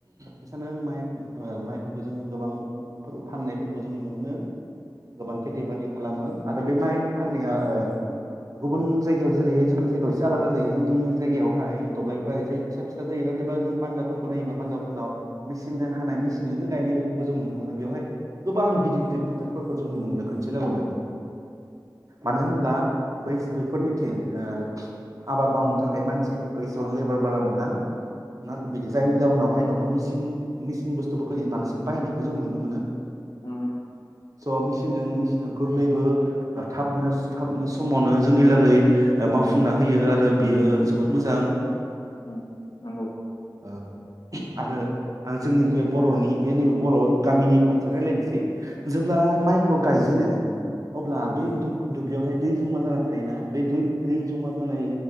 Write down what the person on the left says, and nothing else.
उम
उम नंगौ।